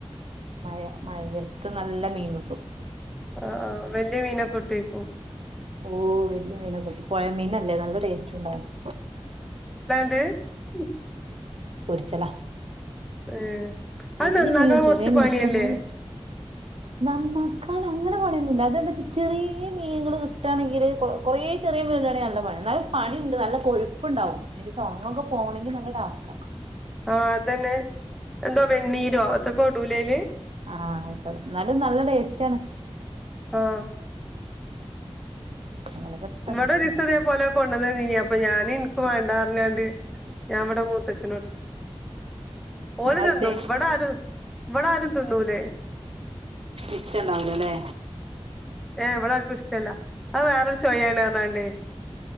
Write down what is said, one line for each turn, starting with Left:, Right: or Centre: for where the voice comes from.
Right: മഴ മഴയടുത്ത് നല്ല മീൻ കിട്ടും
Centre: ആ വലിയ മീനൊക്കെ കിട്ടേയ്ക്കും
Right: ഓ വലിയ മീനൊ കിട്ടും പുഴയ മീനല്ലേ നല്ല ടേസ്റ്റ് ഉണ്ടായിരുന്നു
Centre: ഏ
Right: പൊരിച്ചലാ
Centre: ഏഹ് അത്
Right: വലിയ
Centre: നന്നാക്കാൻ
Right: മീനും
Centre: കൊറച്ച്
Right: ചെറിയ മീന
Centre: പണിയല്ലേ
Right: ഇഷ്ടം പോലെ കിട്ടും നന്നാക്കാൻ അങ്ങനെ പണിയൊന്നില്ല അതെന്താ വെച്ചാ ചെറിയ മീനുകൾ കിട്ടുകയാണെങ്കില് കുറെ ചെറിയാ ചെറിയ മീനാണെങ്കിൽ നല്ല പണിയാ ഇന്നാലും പണിയുണ്ട് നല്ല കൊഴപ്പുണ്ടാവും അതിനി ചുണങ്ങ് ഒക്കെ പോകണങ്കിൽ നല്ല ടാസ്ക്കാ
Centre: ആ അതന്നെ എന്തോ
Right: ശ്ശെ
Centre: വെണ്ണീരോ
Right: ആ
Centre: എ തൊക്കെ ഇടുലേ അയ്ല്
Right: ആ ഒക്കേഇടും എന്നാലും നല്ല ടേസ്റ്റ് ആണ്
Centre: ആഹ്
Right: അങ്ങനൊക്കെ ഇട്ടിട്ടന്നെ
Centre: ഇവിടെ ഒരുസം
Right: ഉണ്ടാക്ക
Centre: ഇതേപോലെ കൊണ്ടുവന്ന്നീ അപ്പൊ ഞാന് ഇ നിക്ക് മാണ്ട പറ ഞാണ്ട് ഞാൻ ഇവടെ മൂത്തച്ഛനോടുത്ത് ഓല്
Right: അതെ
Centre: തിന്നും ഇവിടെ ആരും ഇവിടെ ആരും തിന്നുലാ അയ്
Right: ഇഷ്ടുണ്ടാവലോല്ലേ
Centre: ഏ ഇവിടെ ആർക്കും ഇഷ്ടമല്ല അത് വേറെരു ചോയ ആണ്പറഞാണ്ട്